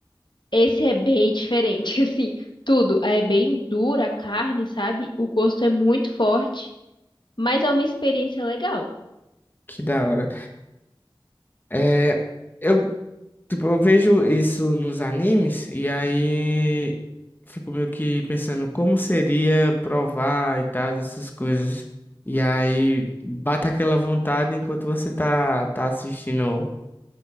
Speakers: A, on the left (about 60°); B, on the left (about 20°).
A: Esse é bem diferente, <laughs> assim, tudo. É bem dura a carne, sabe? O gosto é muito forte, mas é uma experiência legal.
B: Que da hora. É, eu Tipo, eu vejo isso nos animes e aí fico meio que pensando como seria provar e tal, essas coisas. E aí bate aquela vontade enquanto você tá, tá assistindo,